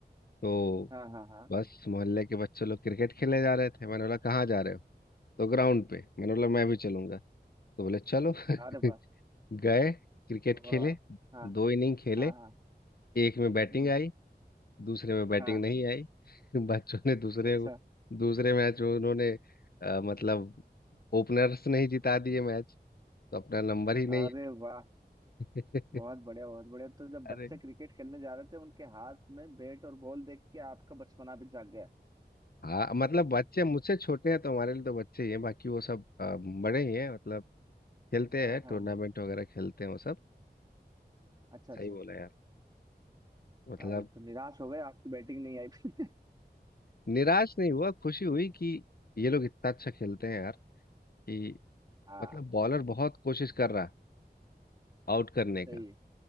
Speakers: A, on the left (about 60°); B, on the right (about 25°).
A: तो
B: हाँ हाँ हाँ
A: बस मोहल्ले के बच्चे लोग क्रिकेट खेलने जा रहे थे मैंने बोला कहाँ जा रहे हो तो ग्राउंड पे मैंने बोला मैं भी चलूंगा तो बोले चलो <laughs>
B: अरे वाह
A: गए क्रिकेट
B: वाह
A: खेले
B: हाँ
A: दो इनिंग खेले
B: हाँ हाँ
A: एक में बैटिंग
B: हम्म,
A: आई दूसरे में बैटिंग
B: हाँ
A: नहीं आई <laughs> बच्चों ने दूसरे
B: अच्छा
A: दूसरे मैच में उन्होंने अ, मतलब ओपनर्स नहीं जिता दिए मैच तो अपना नंबर ही नहीं
B: अरे वाह
A: है
B: बहुत
A: <laughs>
B: बढ़िया बहुत बढ़िया तो जब बच्चे
A: अरे
B: क्रिकेट खेलने जा रहे थे उनके हाथ में बैट और बॉल देख के आपका बचपना भी जाग गया
A: हाँ मतलब बच्चे मुझसे छोटे हैं तो हमारे लिए तो बच्चे ही हैं बाकी वो सब अ, बड़े ही हैं मतलब खेलते
B: हाँ
A: हैं
B: हाँ
A: टूर्नामेंट
B: हाँ
A: वगैरह खेलते हैं वो सब
B: अच्छा अच्छा
A: सही बोला यार मतलब
B: अरे तो निराश हो गए आपकी बैटिंग नहीं आई <laughs> फिर
A: निराश नहीं हुआ खुशी हुई कि ये लोग इतना अच्छा खेलते हैं यार कि
B: हाँ
A: मतलब बॉलर बहुत कोशिश कर रहा है आउट करने
B: सही
A: का
B: है